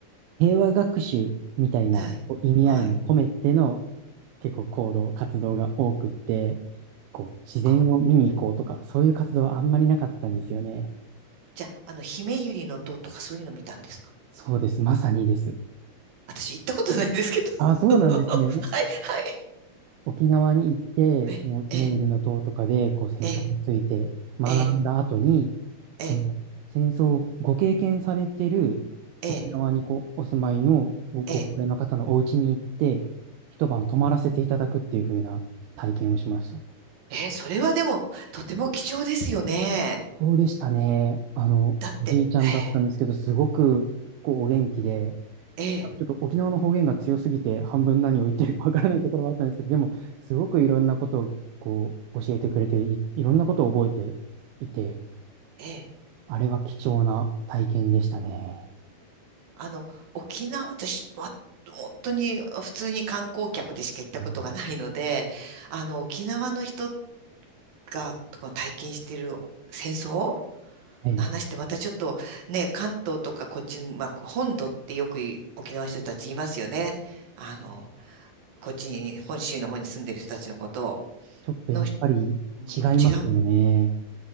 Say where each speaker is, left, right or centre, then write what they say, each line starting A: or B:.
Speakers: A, on the right; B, on the right.
A: 平和学習みたいなこう意味合いも込めての
B: はい。はい。
A: 結構行動、活動が多くって、こう、自然を見に行こうとか、
B: あ、
A: そういう活動はあんまりなかったんですよね。
B: じゃあ、あの、姫百合の塔とかそういうの見たんですか
A: そうです。まさにです。
B: 私行ったことないんですけど。<laughs>
A: あ、そうなんですね。
B: はい、はい。
A: 沖縄に行って、
B: え、
A: そのひめゆりの塔とかで、
B: え、
A: こう、戦争について学んだ後に、
B: え、え、え、え、
A: その戦争をご経験されてる沖縄にこうお住まいのごご高齢の方のお家に行って、
B: え、え、え、
A: 一晩泊まらせていただくっていう風な体験をしました。
B: それはでも、とても貴重ですよね。
A: そうでしたね。あの、
B: だって、
A: おじいちゃんだったんですけど、
B: ええ、
A: すごくこうお元気で、
B: ええ、
A: ちょっと沖縄の方言が強すぎて、半分何を言ってるかわからないところはあったんですけど、でも、すごくいろんなことをこう教えてくれてい、いろんなことを覚えていて、
B: ええ、
A: あれは貴重な体験でしたね。
B: あの、沖縄、私、ま、本当に普通に観光客でしか行ったことがないので、
A: うん
B: あの、沖縄の人が、この体験してる戦争
A: はい。
B: の話ってまたちょっとね、関東とかこっちに、まあ、本土ってよくい沖縄の人たち言いますよね。あの、こっちに、本州の方に住んでる人たちのことを。
A: ちょっとやっぱり違いますよね。
B: の、うん、違う。